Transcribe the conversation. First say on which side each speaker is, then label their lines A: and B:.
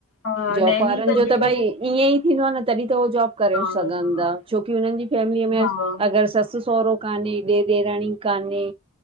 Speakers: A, on the left (about 75°); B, on the right (about 25°).
A: हा
B: जॉबु
A: नैनी
B: वारनि जो
A: अॼुकल्ह
B: त भई ईअं ई थींदो आ न, तॾहिं त उहे जॉबु करे
A: हा
B: सघंदा।
A: हा
B: छोकी हुननि जी फैमिलीअ में
A: हा
B: अगरि ससु- सओरो कान्हे ॾेर- ॾेराणी कान्हे,